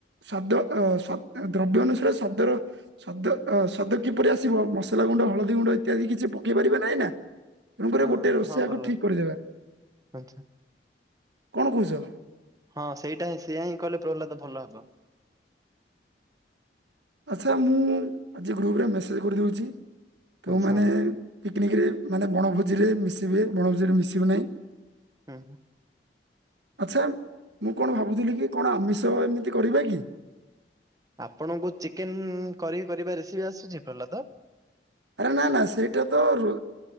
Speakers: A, on the right (about 80°); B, on the right (about 20°).
A: ଶବ୍ଦ ଅ ଶ ଦ୍ରବ୍ୟ ଅନୁସାରେ ଶବ୍ଦର ଶବ୍ଦ ଅ ଶବ୍ଦ କିପରି ଆସିବ ମସଲା ଗୁଣ୍ଡ ହଳଦୀ ଗୁଣ୍ଡ ଇତ୍ୟାଦି କିଛି ପକେଇ ପାରିବା ନାଁଇ ନାଁ। ତେଣୁକରି
B: ହଁ
A: ଗୋଟେ ରୋଷିଆକୁ
B: ହଁ ପ୍ରହ୍ଲାଦ
A: ଠିକ୍ କରିଦେବା।
B: ଆଚ୍ଛା।
A: କଣ କହୁଛ?
B: ହଁ ସେଇଟା ହିଁ ସେଇଆ ହିଁ କଲେ ପ୍ରହ୍ଲାଦ ଭଲ ହବ।
A: ଆଚ୍ଛା ମୁଁ ଆଜି ଗ୍ରୁପରେ ମେସେଜ କରିଦେଉଛି ତମାନେ
B: ଆଚ୍ଛା ହୁଁ
A: ପିକ୍ନିକରେ ମାନେ ବଣଭୋଜିରେ ମିଶିବେ ବଣଭୋଜିରେ ମିଶିବୁ ନାହିଁ।
B: ହୁଁ।
A: ଆଛା ମୁଁ କଣ ଭାବୁଥିଲି କି କଣ ଆମିଷ ଏମିତି କରିବା କି?
B: ଆପଣଙ୍କୁ ଚିକେନ କରି କରିବା ରେସିପି ଆସୁଛି ପ୍ରହଲାଦ?
A: ଆରେ ନାଁ ନାଁ ସେଇଟା ତ ରୋ